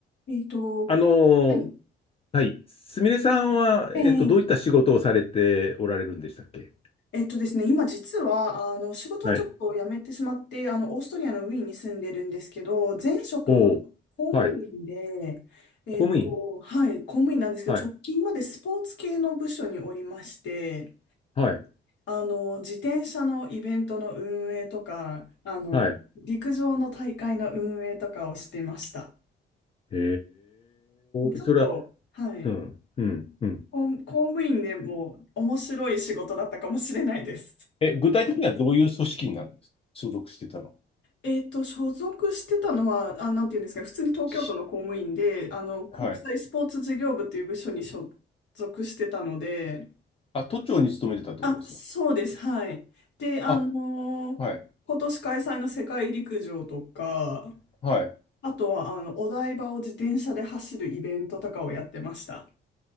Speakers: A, on the left; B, on the left.
A: えっと、
B: あの
A: はい。
B: ーはい。すみれさんは、えっと、
A: ええ
B: どういった仕事をされておられるんでしたっけ
A: えっとですね、今実は、あの、仕事はちょっと辞めてしまって、
B: はい。
A: あの、オーストリアのウィーンに住んでるんですけど、前職は公務員で、
B: おーはい。
A: えっと、
B: 公務員
A: はい、公務員なんですけど、
B: はい。
A: 直近までスポーツ系の部署におりまして、
B: はい。
A: あの、自転車のイベントの運営とか、あの、
B: はい。
A: 陸上の大会の運営とかをしてました。
B: へ
A: ちょっと、
B: え、それは、
A: はい、
B: うん、うん、うん。
A: 公公務員でも面白い仕事だったかもしれないです。
B: え、具体的にはどういう組織になるんですか所属してたの。
A: えっと、所属してたのは、あ、なんていうんですかね、普通に東京都の公務員で、
B: し、
A: あの、国際スポーツ事業部っていう部署に所属してたので、
B: はい。あ、都庁に勤めてたってことですか
A: あ、そうです、はい。で、あの
B: あ、はい。
A: ー今年開催の世界陸上とか、
B: はい。
A: あとは、あの、お台場を自転車で走るイベントとかをやってました。